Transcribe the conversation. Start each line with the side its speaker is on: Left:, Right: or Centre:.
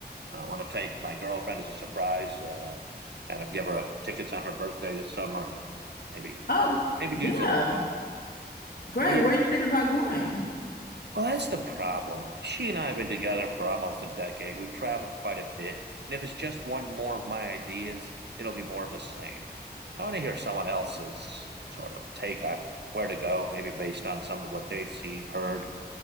Right: I want to take my girlfriend as a surprise, uh, kind of give her a tickets on her birthday this summer, and maybe
Left: Oh,
Right: maybe
Left: yeah.
Right: do something fun.
Left: Great.
Right: What do you
Left: Where are you thinking about going?
Right: Well, that's the problem. She and I have been together for almost a decade. We've traveled quite a bit. And if it's just one more of my ideas, it'll be more of the same. I want to hear someone else's sort of take on where to go, maybe based on some of what they've seen, heard.